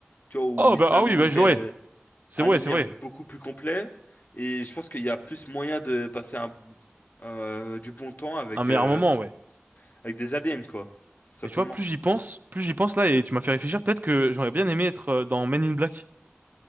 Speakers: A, on the left; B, on the right.
A: Tu vois, où
B: Oh, bah,
A: c'est
B: ah
A: un
B: oui,
A: univers
B: bah, jouer.
A: euh,
B: C'est
A: un
B: vrai,
A: univers
B: c'est vrai.
A: beaucoup plus complet. Et je pense qu'il y a plus moyen de passer un, euh, du bon temps avec,
B: Un meilleur
A: euh,
B: moment, ouais.
A: avec des aliens, quoi. Tout Simplement.
B: Mais tu vois, plus j'y pense, plus j'y pense là, et tu m'as fait réfléchir, peut-être que j'aurais bien aimé être euh, dans Men in Black.